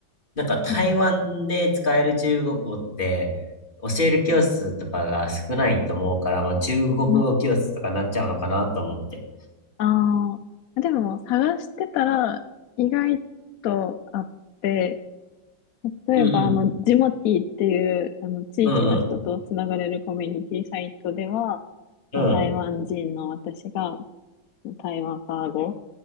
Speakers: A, on the left (about 25°); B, on the left (about 75°).
A: なんか台湾で使える中国語って教える教室とかが少ないと思うから、
B: うん、
A: まあ、中国語教室とかなっちゃうのかなと思って。
B: うああ、でも探してたら意外とあって、例えばあの、
A: うんうん。
B: ジモティーっていうあの地域の人とつながれるコミュニティサイトでは、
A: うんうん。
B: その台湾人の私が
A: うん
B: 台湾ファー語